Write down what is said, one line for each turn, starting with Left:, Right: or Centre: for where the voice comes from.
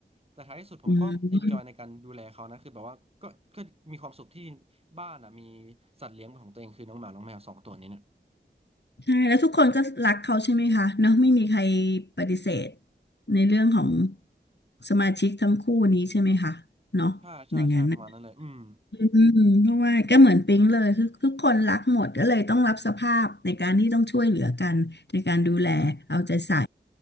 Right: แต่ท้ายที่สุดผมก็เอนจอยในการดูแลเขานะคือแบบว่าก็ก็มีความสุขที่
Left: อืม
Right: บ้านอ่ะมีสัตว์เลี้ยงของตัวเองคือน้องหมาน้องแมวสองตัวนี้เนี่ย
Left: ใช่แล้วทุกคนก็รักเขาใช่ไหมคะเนาะไม่มีใครปฏิเสธในเรื่องของสมาชิกทั้งคู่นี้ใช่ไหมคะเนาะอย่างนั้นนะ
Right: ใช่ใช่ใช่ประมาณนั้นเลยอืม
Left: อืมเพราะว่าก็เหมือนปิ๊งเลยคือทุกคนรักหมดก็เลยต้องรับสภาพในการที่ต้องช่วยเหลือกันในการดูแลเอาใจใส่